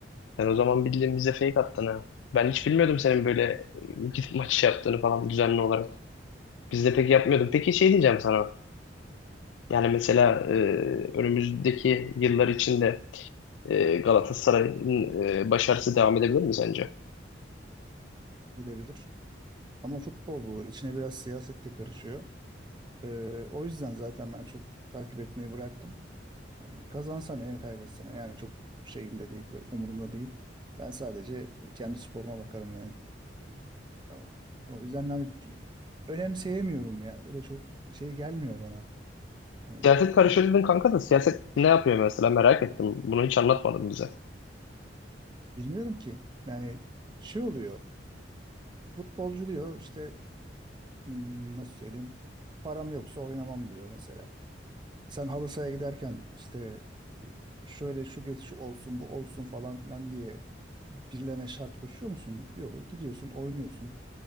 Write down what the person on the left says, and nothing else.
Sen o zaman bildiğin bize fake attın ha. Ben hiç bilmiyordum senin böyle e, gidip maç yaptığını falan düzenli olarak. Biz de pek yapmıyordum. Peki şey diyeceğim sana. Yani mesela e, önümüzdeki yıllar içinde e, Galatasaray'ın e, başarısı devam edebilir mi sence?
Siyaset karışıyor
dedin kanka da siyaset ne yapıyor mesela merak ettim. Bunu hiç anlatmadın bize.